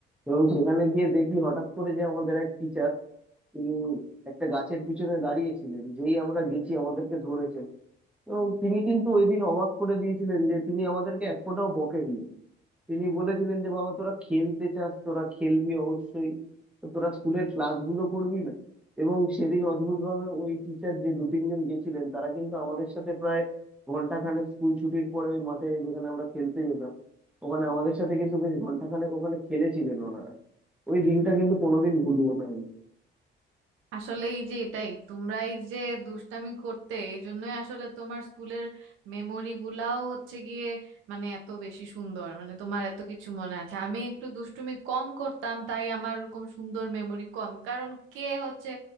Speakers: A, in the centre; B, on the right (about 85°).
A: এবং সেখানে গিয়ে দেখি হঠাৎ করে যে আমাদের এক টিচার তিনি একটা গাছের পিছনে দাঁড়িয়েছিলেন যেই আমরা গেছি আমাদেরকে ধরেছেন এবং তিনি কিন্তু ওই দিন অবাক করে দিয়েছিলেন যে তিনি আমাদেরকে এক ফোঁটাও বকেননি তিনি বলেছিলেন যে বাবা তোরা খেলতে চাস তোরা খেলবি অবশ্যই তো তোরা স্কুলের ক্লাসগুলো করবি না এবং সেদিন অদ্ভুতভাবে ওই টিচার যে দু তিনজন গেছিলেন তারা কিন্তু আমাদের সাথে প্রায় ঘন্টাখানেক স্কুল ছুটির পরে ওই মাঠে যেখানে আমরা খেলতে যেতাম ওখানে আমাদের সাথে কিন্তু বেশ ঘন্টাখানেক ওখানে খেলেছিলেন ওনারা ওই দিনটা কিন্তু কোনোদিন ভুলবো না আমি।
B: আসলে এই যে এটাই তোমরা এই যে দুষ্টামি করতে এই জন্যই আসলে তোমার স্কুলের মেমোরি গুলাও হচ্ছে গিয়ে মানে এত বেশি সুন্দর মানে তোমার এত কিছু মনে আছে আমি একটু দুষ্টুমি কম করতাম তাই আমার ওরকম সুন্দর মেমোরি কম কারণ কে হচ্ছে